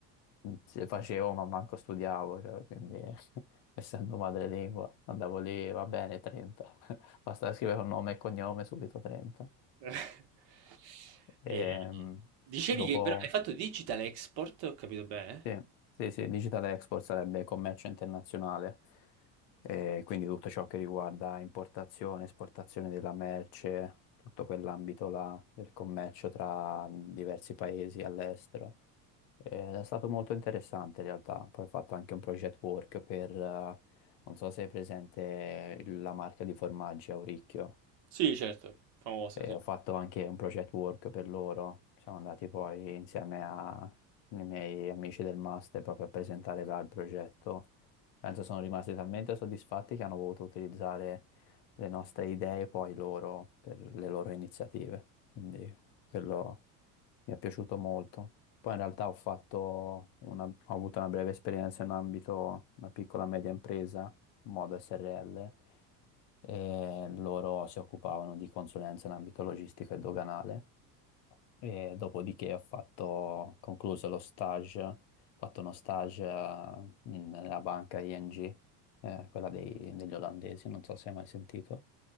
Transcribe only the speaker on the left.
se facevo, ma manco studiavo, cioè, quindi <laughs> essendo madrelingua andavo lì, va bene, 30. <laughs> Basta scrivere un nome e cognome, subito 30.
Ehm,
dopo
Sì, sì, sì, digital export sarebbe commercio internazionale, eh, quindi tutto ciò che riguarda importazione, esportazione della merce, tutto quell'ambito là del commercio tra diversi paesi all'estero. Eh, è stato molto interessante in realtà, poi ho fatto anche un project work per, eh, non so se è presente la marca di formaggi Auricchio.
E
ho fatto anche un project work per loro. Siamo andati poi insieme ai miei amici del master proprio a presentare là il progetto. Penso sono rimasti talmente soddisfatti che hanno voluto utilizzare le nostre idee poi loro per le loro iniziative. Quindi quello mi è piaciuto molto. Poi in realtà ho fatto una- ho avuto una breve esperienza in ambito una piccola e media impresa, modo SRL e loro si occupavano di consulenza in ambito logistico e doganale e dopodiché ho fatto, concluso lo stage, ho fatto uno stage eh, in- nella banca ING, eh, quella dei- degli olandesi, non so se hai mai sentito.